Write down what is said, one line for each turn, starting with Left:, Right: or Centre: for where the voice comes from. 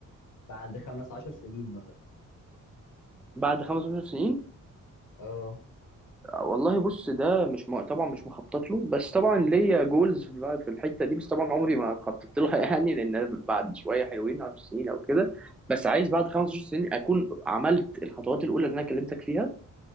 Left: بعد خمس عشر سنين مثلا
Centre: بعد 15 سنين
Left: اه
Centre: والله بص ده مش م... طبعا مش مخطط له بس طبعا ليا جولز بقى في الحته دي بس طبعا عمري ما خططت لها <laughs> يعني لان أنا بعد شويه حلوين 10 سنين او كده بس عايز بعد 15 سنين اكون عملت الخطوات الاولى اللي انا كلمتك فيها